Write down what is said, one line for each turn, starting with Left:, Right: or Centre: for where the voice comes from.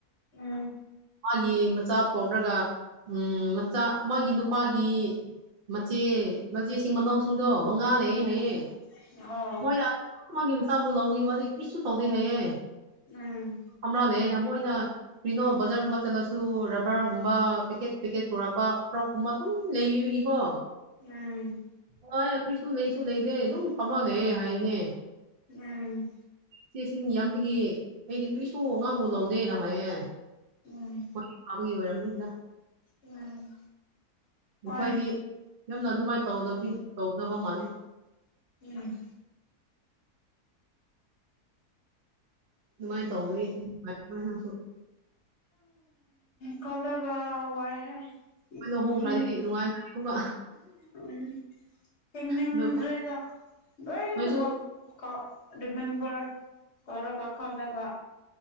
Left: ꯎꯝ
Right: ꯃꯥꯒꯤ ꯃꯆꯥ ꯄꯣꯛꯂꯒ ꯎꯝ ꯃꯆꯥ ꯃꯥꯒꯤ ꯅꯨꯄꯥꯒꯤ ꯃꯆꯦ ꯃꯆꯦꯁꯤꯡ ꯃꯅꯥꯎꯁꯤꯡꯗꯣ ꯃꯉꯥ ꯂꯩꯌꯦ
Left: ꯎꯝ
Right: ꯍꯥꯏꯌꯦ
Left: ꯑꯣ
Right: ꯃꯣꯏ ꯃꯥꯒꯤ ꯃꯆꯥꯕꯨ ꯂꯧꯏ ꯃꯥꯗꯤ ꯀꯔꯤꯁꯨ ꯇꯧꯗꯦ ꯍꯥꯏꯌꯦ
Left: ꯎꯝ
Right: ꯑꯃꯔꯥꯜꯂꯦ ꯑꯩꯅ ꯃꯣꯏꯅ ꯀꯔꯤꯅꯣ ꯕꯖꯥꯔꯒꯨꯝꯕ ꯆꯠꯂꯁꯨ ꯔꯕꯔꯒꯨꯝꯕ ꯄꯦꯀꯦꯠ ꯄꯦꯀꯦꯠ ꯄꯨꯔꯛꯄ ꯐ꯭ꯔꯣꯛꯀꯨꯝꯕ ꯑꯗꯨꯝ ꯂꯩꯕꯤꯕꯒꯤꯀꯣ
Left: ꯎꯝ
Right: ꯍ ꯀꯩꯁꯨ ꯀꯩꯁꯨ ꯂꯩꯇꯦ ꯑꯗꯨꯝ ꯐꯝꯃ ꯂꯩꯌꯦ ꯍꯥꯏꯅꯦ
Left: ꯎꯝ
Right: ꯃꯤꯁꯤꯡ ꯌꯥꯝꯕꯒꯤ ꯍꯥꯏꯗꯤ ꯀꯔꯤꯁꯨ ꯉꯥꯡꯕ ꯂꯧꯗꯦꯅ ꯍꯥꯏꯌꯦ
Left: ꯎꯝ
Right: ꯑꯩꯈꯣꯏ ꯐꯥꯕꯒꯤ ꯑꯣꯏꯔꯝꯅꯤꯗ
Left: ꯎꯝ ꯍꯣꯏ
Right: ꯃꯈꯣꯏꯗꯤ ꯌꯥꯝꯅ ꯑꯗꯨꯃꯥꯏꯅ ꯇꯧꯗꯕꯗꯤ ꯇꯧꯗꯕ ꯃꯥꯜꯂꯦ
Left: ꯎꯝ
Right: ꯑꯗꯨꯃꯥꯏꯅ ꯇꯧꯕꯗꯤ ꯅꯨꯟꯡꯉꯥꯏꯔꯣꯏ ꯅꯪꯁꯨ
Left: ꯈꯜꯂꯒ ꯋꯥꯏꯍꯦ
Right: ꯍꯣꯏ ꯂꯨꯍꯣꯡꯈ꯭ꯔꯗꯤ
Left: ꯍꯤꯡ
Right: ꯅꯨꯡꯉꯥꯏꯈ꯭ꯔꯅꯤ ꯑꯃꯨꯛꯀ
Left: ꯎꯝ ꯍꯤꯡꯅꯤꯡꯗ꯭ꯔꯦꯗ
Right: ꯑꯗꯨ
Left: ꯂꯣꯏꯅꯃꯛ
Right: ꯅꯣꯏꯁꯨ
Left: ꯔꯤꯃꯦꯝꯝꯕꯔ ꯇꯧꯔꯒ ꯈꯜꯂꯒ